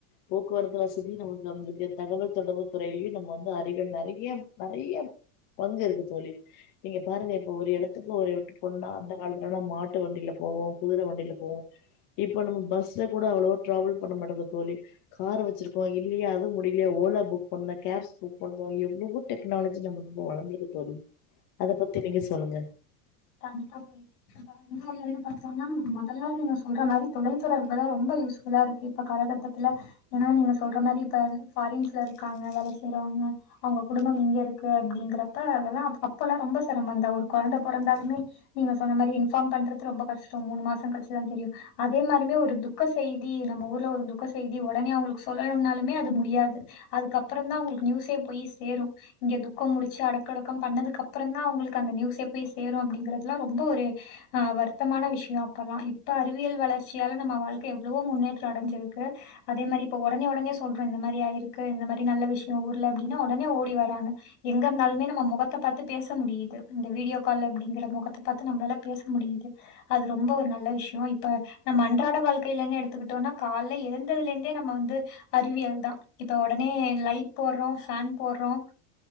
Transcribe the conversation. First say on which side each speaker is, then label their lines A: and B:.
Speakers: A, on the left (about 45°); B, on the left (about 80°).
A: போக்குவரத்து வசதி நமக்கு வந்திருக்கு தகவல் தொடர்பு துறையிலயும் நம்ம வந்து அறிவே நிறைய நிறைய பங்கு இருக்கு தோழி நீங்க பாருங்க இப்ப ஒரு இடத்துக்கு ஒரு இடத்துக்கு போனா அந்த காலத்துலயெல்லாம் மாட்டு வண்டியில போவோம் குதிரை வண்டியில போவோம் இப்ப நம்ம பஸ்ல கூட அவ்வளவோ டிராவல் பண்ண மாட்டோம்ங்க தோழி கார் வச்சிருக்கோம் இல்லையா அதுவும் முடியலையா ஓலா புக் பண்ண கேப்ஸ் புக் பண்ணுவோம் எவ்வளவோ டெக்னாலஜி நம்ம ரொம்ப வளந்திருக்கு தோழி அத பத்தி நீங்க சொல்லுங்க
B: கண்டிப்பா தோழி <unintelligible> பாத்தோம்னா முதல்ல நீங்க சொல்ற மாரி தொலைத்தொடர்புல்லாம் ரொம்ப யூஸ் புல்லா இருக்கு இப்ப காலகட்டத்துல ஏன்னா நீங்க சொல்ற மாதிரி இப்ப பாரின்ஸ்ல இருக்காங்க வேலை செய்றவங்க அவங்க குடும்பம் இங்க இருக்கு அப்படிங்கறப்ப அதெல்லாம் அப்பல்லாம் ரொம்ப சிரமந்தா ஒரு குழந்த பொறந்த பொறந்தாலுமே நீங்க சொன்ன மாரி இன்பார்ம் பண்றது ரொம்ப கஷ்டம் மூணு மாசம் கழிச்சுதான் தெரியும் அதே மாரமே ஒரு துக்க செய்தி நம்ம ஊர்ல ஒரு துக்க செய்தி உடனே அவங்களுக்கு சொல்லணும்னாலுமே அது முடியாது அதுக்கப்புறம் தான் அங்களுக்கு நியூஸே போய் சேரும் இங்க துக்கம் முடிச்சு அடக்கடக்கம் பண்ணதுக்கு அப்புறம் தான் அவங்களுக்கு அந்த நியூஸே போய் சேரும் அப்படிங்கிறதுதுலாம் ரொம்ப ஒரு ஆஹ் வருத்தமான விஷயம் அப்பல்லாம் இப்ப அறிவியல் வளர்ச்சியால நம்ம வாழ்க்கை எவ்வளவோ முன்னேற்றம் அடைஞ்சிருக்கு அதே மாரி இப்ப உடனே உடனே சொல்றோம் இந்த மாரி ஆயிருக்கு இந்த மாரி நல்ல விஷயம் ஊர்ல அப்படின்னா உடனே ஓடி வராங்க எங்க இருந்தாலுமே நம்ம முகத்தை பாத்து பேச முடியுது இந்த வீடியோ கால் அப்படிங்கிற முகத்தை பாத்து நம்மளால பேச முடியுது அது ரொம்ப ஒரு நல்ல விஷயம் இப்ப நம்ம அன்றாட வாழ்க்கையிலே எடுத்துக்கிட்டோம்னா காலைல எழுந்ததுல இருந்தே நம்ம வந்து அறிவியல் தான் இப்ப உடனே லைட் போடுறோம் பேன் போடுறோம்